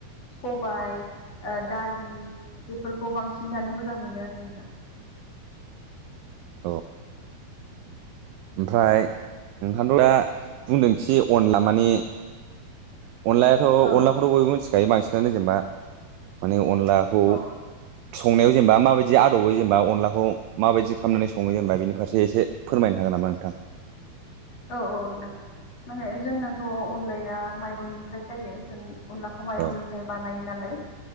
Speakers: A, on the left; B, on the right.
A: सबाय ओ दालि बेफोरखौ बांसिन जानो मोजां मोनो आरो नोंथां
B: औ
A: ओम
B: ओमफ्राय नोंथांथ' दा बुंदोंखि अनला मानि अनलायाथ'
A: औ
B: अनलाखौथ' बयबो मिथिखायो बांसिनानो जेनेबा माने अनलाखौ
A: औ
B: संनायाव जेनेबा माबायदि आदबै जेनेबा अनलाखौ माबायदि खालामनानै सङो जेनेबा बेनि फारसे एसे फोरमायनो हागोन नामा नोंथां?
A: औ औ नोंथां माने जोंनोथ' अनलाया माइरंनिफ्राय जायो जों अनलाखौ माइरंनिफ्राय
B: औ
A: बानायो नालाय